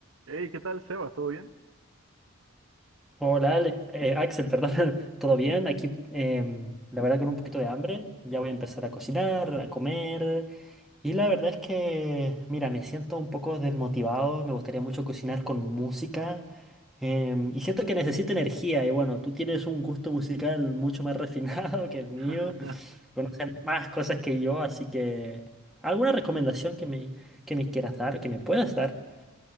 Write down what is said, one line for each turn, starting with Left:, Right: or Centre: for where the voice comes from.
Right: Hey, ¿qué tal, Sebas? ¿Todo bien?
Centre: Hola, Ale- eh, Axel, perdón, <laughs> ¿todo bien?
Right: Mm,
Centre: Aquí, em, la verdad, con un poquito de hambre. Ya voy a empezar a cocinar, a comer. Y la verdad es que, mira, me siento un poco desmotivado. Me gustaría mucho cocinar con música. em, y siento que necesito energía. Y bueno, tú tienes un gusto musical mucho más refinado <laughs> que el mío.
Right: <laughs>
Centre: Conoces más cosas que yo, así que, ¿alguna recomendación que me, que me quieras dar, que me puedas dar?